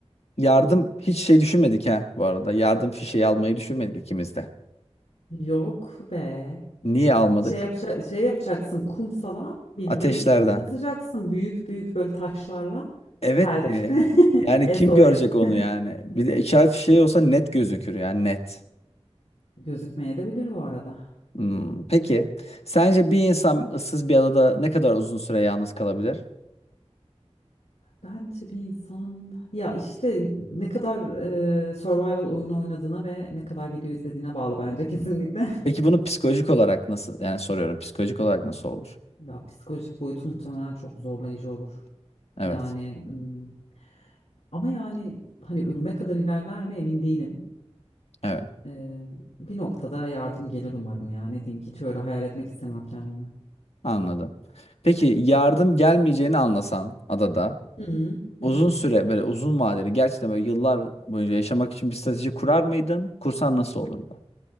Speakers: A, on the left; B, on the left.
A: yardım hiç şey düşünmedik ha bu arada. Yardım fişeği almayı düşünmedik ikimiz de.
B: Yok be.
A: Niye almadık?
B: Şey yapaca şey yapacaksın kumsala bildiğin
A: Ateşlerden.
B: yazacaksın büyük büyük böyle taşlarla
A: Evet
B: help
A: de
B: <laughs>
A: yani
B: S
A: kim görecek
B: O S.
A: onu yani? Bir de işaret fişeği olsa net gözükür yani net.
B: Gözükmeye de bilir bu arada.
A: Hmm, peki sence bir insan ıssız bir adada ne kadar uzun süre yalnız kalabilir?
B: Bence bir insan ya işte ne kadar e, survival oyun oynadığına ve ne kadar video izlediğine bağlı bence <laughs> kesinlikle.
A: Peki bunu psikolojik olarak nasıl yani soruyorum psikolojik olarak nasıl olur?
B: Ya psikolojik boyutu muhtemelen çok zorlayıcı olur.
A: Evet.
B: Yani hmm, ama yani hani ölüme kadar ilerler mi emin değilim.
A: Evet.
B: E, bir noktada yardım gelir umarım ya. Ne diyeyim ki hiç öyle hayal etmek istemiyorum kendimi.
A: Anladım. Peki yardım gelmeyeceğini anlasan adada
B: Hı hı. hı
A: uzun
B: hı.
A: süre böyle uzun vadeli gerçekten böyle yıllar boyunca yaşamak için bir strateji kurar mıydın? Kursan nasıl olurdu?